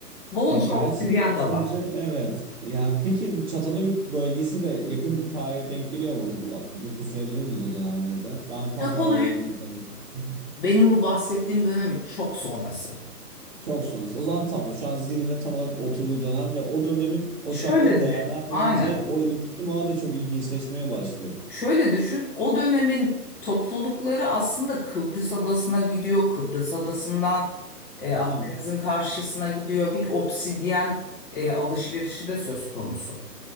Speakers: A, in the centre; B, on the right.
A: Bolca
B: Ya gerçi
A: obsidyen
B: düşünce
A: de var.
B: evet. Yani peki bu Çatalhöyük bölgesi de yakın tarihe denk geliyor mu? Yakın sayabilir miyiz o dönemleri de? Ben tam
A: Çatalhöyük
B: tarih aralığını yakalamıyorum. <laughs>
A: benim bu bahsettiğim dönemin çok sonrası.
B: Çok sonrası. O zaman tamam. Şu an zihnimde tam olarak oturduğu dönem ve o dönemi o
A: Şöyle
B: şartları değerlendirince
A: düşün. Aynen.
B: o iletişim ağı da çok ilginçleşmeye başlıyor.
A: Şöyle düşün, o dönemin toplulukları aslında Kıbrıs Adası'na gidiyor. Kıbrıs Adası'ndan e, Akdeniz'in
B: <laughs>
A: karşısına gidiyor. Bir obsidyen e, alışverişi de söz konusu.